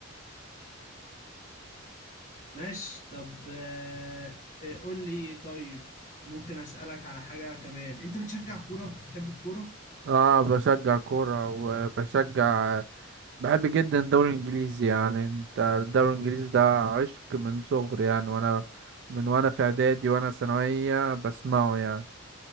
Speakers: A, on the left; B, on the right.
A: ماشي طب آه، آه، قول لي طيب ممكن اسالك على حاجه كمان انت بتشجع كوره بتحب الكوره
B: اه بشجع كورة وبشجع بحب جدا الدوري الانجليزي يعني انت الدوري الانجليزي ده عشق من صغري يعني وانا من وانا في اعدادي وانا ثانوية بسمعه يعني